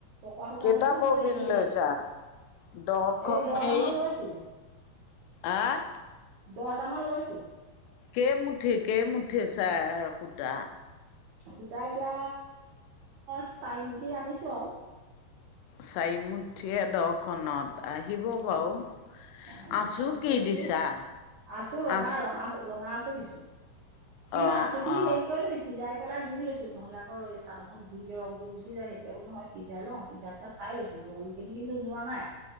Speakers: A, on the right; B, on the left.
A: পকুৱা সূতা
B: কেইটা
A: আনিছোঁ
B: ববিন
A: বোলো হেৰি
B: লৈছা দহখন
A: এই দহটামান
B: হেৰিত
A: লৈছুহি
B: আহ
A: দহটামান লৈছোঁ।
B: কেই মুঠি কেইমুঠি চাৰ সূতা,
A: সূতা এতিয়া চাৰিমুঠি আনিছো আৰু,
B: চাই মুঠিয়ে দহ খনত আহিব বাৰু,
A: অ
B: আছো
A: চাৰমুঠিয়
B: কি
A: দিছো
B: দিছা
A: আছো ৰঙা
B: আছ
A: ৰঙা ৰঙা আছো দিছো। কিন্তু
B: অ
A: আছো কিনি
B: অ
A: হেৰি কৰি লবি, সিজাই পেলাই ধুই লৈছোঁ নহলে আকো এই চাদৰখন ধুই তে ৰংটো গুচি যায় সেইটোকে বোল নহয় সিজাই লওঁ সিজাই পেলাই, চাই লৈছো ৰং খিনি কিন্তু যোৱা নাই